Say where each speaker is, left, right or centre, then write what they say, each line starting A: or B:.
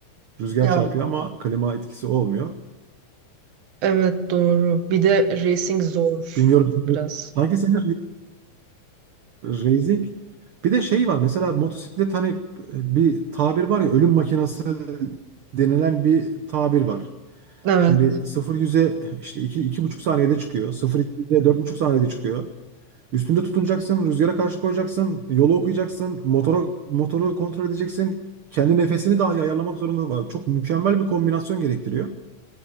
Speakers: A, on the right; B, on the right.
A: Rüzgar
B: Ya
A: çarpıyor ama klima etkisi olmuyor.
B: evet doğru. Bir de racing zor
A: Bilmiyorum.
B: biraz.
A: Sanki senin Racing bir de şey var mesela motosiklet hani e, bir tabir var ya ölüm makinası denilen bir tabir var.
B: Evet.
A: Şimdi 0-100'e işte iki iki buçuk saniyede çıkıyor. 0 dört buçuk saniyede çıkıyor. Üstünde tutunacaksın, rüzgara karşı koyacaksın, yolu okuyacaksın, motoru motoru kontrol edeceksin. Kendi nefesini dahi ayarlamak zorunda var. Çok mükemmel bir kombinasyon gerektiriyor.